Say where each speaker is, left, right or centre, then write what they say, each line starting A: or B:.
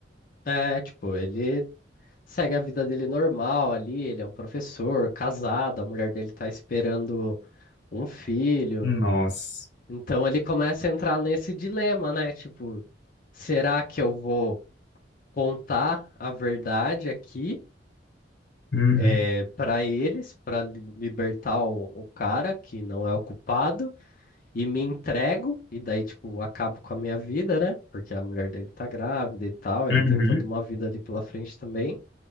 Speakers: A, on the left; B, on the left.
A: É, tipo, ele segue a vida dele normal ali, ele é um professor, casado, a mulher dele tá esperando um filho.
B: Nossa.
A: Então ele começa a entrar nesse dilema, né? Tipo, será que eu vou contar a verdade aqui
B: Uhum.
A: é, para eles, para libertar o, o cara que não é o culpado e me entrego e daí tipo acabo com a minha vida, né? Porque a mulher dele tá grávida e tal, ele
B: Uhum.
A: tem toda uma vida ali pela frente também.